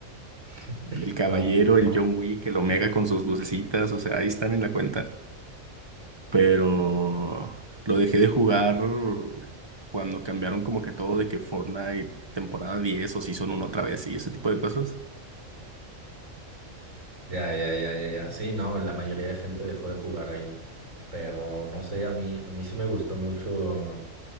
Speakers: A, on the right (about 75°); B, on the right (about 20°).
A: <laughs> sí.
B: El Caballero,
A: No, yo- no.
B: el John Wick, el Omega con sus lucecitas, o sea, ahí están en la cuenta. Pero lo dejé de jugar cuando cambiaron como que todo de que Fortnite temporada 10 o Season 1 otra vez y ese tipo de cosas.
A: Ya, ya, ya, ya, ya. Sí, no, la mayoría de gente dejó de jugar ahí. Pero no sé, a mí, a mí sí me gustó mucho